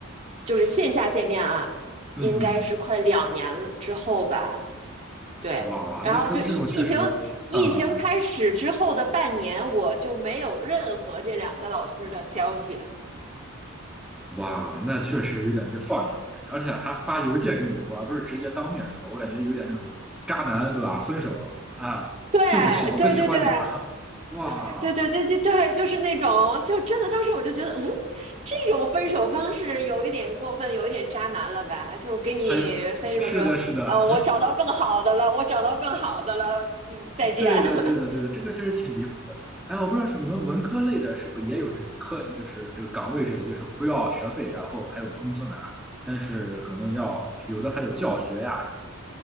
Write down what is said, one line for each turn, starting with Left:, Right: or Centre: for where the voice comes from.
Right: 就是线下见面啊，
Centre: 面？
Right: 应该是快两年了之后吧。
Centre: 嗯
Right: 对，
Centre: 嗯，哇，
Right: 然后就疫疫情
Centre: 那这这种确实，
Right: 疫情开始之后的半年，
Centre: 呃。
Right: 我就没有任何这两个老师的消息。
Centre: 哇，那确实有点被放养的感觉，而且还发邮件跟你说，而不是直接当面说，我感觉有点这种渣男，对吧？分手啊，
Right: 对
Centre: 对不起，我不喜欢你了。
Right: 对对对，
Centre: 哈，哇，
Right: 对对对对对对，就是那种，就真的当时我就觉得，嗯，这种分手方式有一点过分，有一点渣男了吧？就给你分手说，
Centre: 还有，是的，是的，
Right: 呃，我找到更好的了，我找到更好的了，嗯，再见。
Centre: <laughs> 对的，
Right: <laughs>
Centre: 对的，对的，这个确实挺离谱的。哎，我不知道是你们文科类的，是不是也有这种课，就是这个岗位之类的，就是不要学费，然后还有工资拿，但是可能要有的还有教学呀。